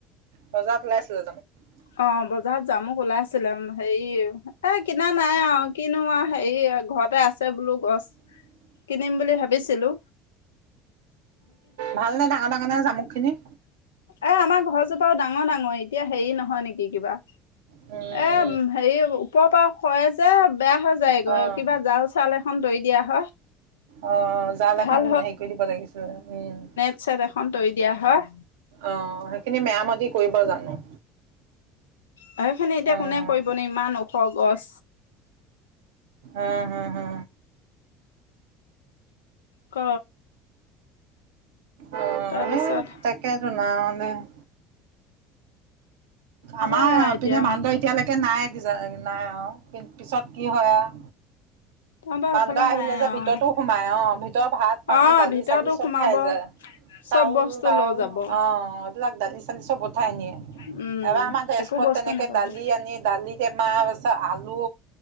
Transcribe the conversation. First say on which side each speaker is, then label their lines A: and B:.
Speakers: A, on the right; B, on the left.
A: বজাৰত ওলাইছিলে জামুক?
B: অ', বজাৰত জামুক ওলাইছিলে উম হেৰি, এ কিনা নাই আও কিনো আৰু হেৰি ঘৰতে আছ আছে বোলো গছ
A: <inaudible>
B: কিনিম বুলি ভাবিছিলোঁ।
A: ভাল নে ডাঙৰ-ডাঙৰ নে জামুকখিনি?
B: এ আমাৰ ঘৰজোপাও ডাঙৰ-ডাঙৰ, এতিয়া হেৰি নহয় নেকি কিবা?
A: উম।
B: এ হেৰি ওপৰ পা সৰে যে বেয়া হৈ যায়গৈ,
A: অ'।
B: কিবা জাল-চাল এখন তৰি দিয়া হয়।
A: অ', জাল
B: ভাল
A: এখন হেৰি কৰি দিব লাগিছিল। উম।
B: ছেট এখন তৰি দিয়া হয়।
A: অ', হেখিনি মেআমতি কৰিব জানোঁ?
B: সেইখিনি এতিয়া
A: অ'
B: কোনে কৰিব নো ইমান ওখ গছ।
A: উম হু হু।
B: ক।
A: উম
B: তাৰপিছত
A: এ তাকেতো <unintelligible> আমাৰ
B: সেয়াই
A: এপিনে
B: এতিয়া
A: বান্দৰ এতিয়ালেকে নাই। <unintelligible> নাই আও পিছত কি হয় আও
B: তহঁতৰ
A: বান্দৰ
B: সেইফালে
A: আহিলে
B: নাই
A: যে
B: আৰু
A: ভিতৰতো সোমাই অ', ভিতৰ ভাত-পানী,
B: অ
A: দালি-চালি
B: ভিতৰতো
A: চব
B: সোমাব
A: খাই যায়। চাউল-তাউল
B: চব বস্তু লৈ যাব
A: অ', এইবিলাক দালি-চালি চব উঠাই নিয়ে।
B: অ উম
A: এবাৰ আমাৰ তেজপুৰত
B: একো বস্তু
A: তেনেকে
B: নাপাবি।
A: দালি আনি দালি টেমা আছ আলু